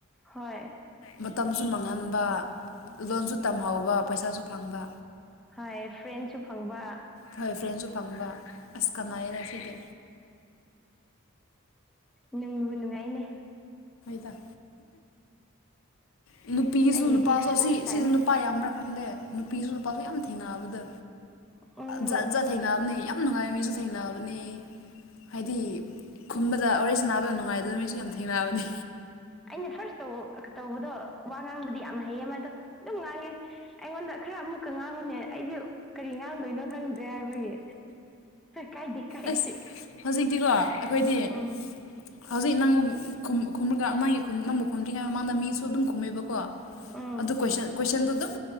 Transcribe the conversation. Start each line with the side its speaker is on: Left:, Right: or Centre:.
Centre: ꯍꯣꯏ
Left: ꯃꯇꯝꯁꯨ ꯃꯥꯡꯍꯟꯕ ꯂꯣꯟꯁꯨ ꯇꯝꯍꯧꯕ ꯄꯩꯁꯥꯁꯨ ꯐꯪꯕ
Centre: ꯍꯥꯏ ꯐ꯭ꯔꯦꯟꯁꯨ ꯐꯪꯕ
Left: ꯍꯣꯏ ꯐ꯭ꯔꯦꯟꯁꯨ ꯄꯪꯕ ꯑꯁ ꯀꯃꯥꯏꯗ ꯁꯤꯗꯤ
Centre: ꯅꯪꯅꯕ ꯅꯨꯡꯉꯥꯏꯅꯦ
Left: ꯗ ꯅꯨꯄꯤꯁꯨ
Centre: ꯑꯩꯒꯤꯗꯤ
Left: ꯅꯨꯄꯥꯁꯨ
Centre: ꯐꯥꯔꯁ
Left: ꯑꯁꯤ
Centre: ꯇꯥꯏꯝꯅꯦ
Left: ꯁꯤꯁꯨ ꯅꯨꯄꯥ ꯌꯥꯝꯕ꯭ꯔꯥ ꯈꯪꯗꯦ ꯅꯨꯄꯤꯁꯨ ꯅꯨꯄꯥꯁꯨ ꯌꯥꯝ ꯊꯦꯡꯅꯕꯗ
Centre: ꯎꯝ
Left: ꯖꯠ ꯖꯠ ꯊꯦꯡꯅꯕꯅꯦ ꯌꯥꯝ ꯌꯥꯝ ꯅꯨꯡꯉꯥꯏ ꯃꯤꯁꯨ ꯊꯦꯡꯅꯕꯕꯅꯤ ꯍꯥꯏꯗꯤ ꯈꯨꯝꯕꯗ ꯑꯣꯔꯦꯁ ꯅꯥꯕꯗ ꯅꯨꯡꯉꯥꯏꯗꯕ ꯃꯤꯁꯨ ꯌꯥꯝ ꯊꯦꯡꯅꯅꯕꯅꯤ
Centre: ꯑꯩꯅ ꯐꯥꯔꯁ ꯇ ꯇꯧꯕꯗꯣ ꯋꯥ ꯉꯥꯡꯕꯗꯤ ꯌꯥꯝ ꯍꯩꯌꯦ ꯑꯃ ꯑꯗꯣ ꯑꯗꯨꯝ ꯉꯥꯡꯉꯦ ꯑꯩꯉꯣꯟꯗ ꯈꯔ ꯑꯃꯨꯛꯀ ꯉꯥꯡꯕꯨꯅꯦ ꯑꯩꯁꯨ ꯀꯔꯤ ꯉꯥꯡꯗꯣꯏꯅꯣ ꯈꯪꯗ꯭ꯔꯦ ꯍꯥꯏꯕꯒꯤ ꯀꯥꯏꯗꯦ ꯀꯥꯏꯗ
Left: ꯑꯁ ꯍꯧꯖꯤꯛꯇꯤꯀꯣ ꯑꯩꯈꯣꯏꯗꯤ
Centre: ꯎꯝ
Left: ꯍꯧꯖꯤꯛ ꯅꯪꯕꯨꯒ ꯅꯪꯒꯤ ꯅꯪꯕꯨ ꯈꯨꯝꯗ꯭ꯔꯤꯉꯩꯗ ꯃꯥꯡꯗ ꯃꯤꯁꯨ ꯑꯗꯨꯝ ꯈꯨꯝꯃꯦꯕꯀꯣ
Centre: ꯎꯝ
Left: ꯑꯗꯨ ꯀꯣꯏꯁꯟ ꯀꯣꯏꯁꯟꯗꯨ ꯑꯗꯨꯝ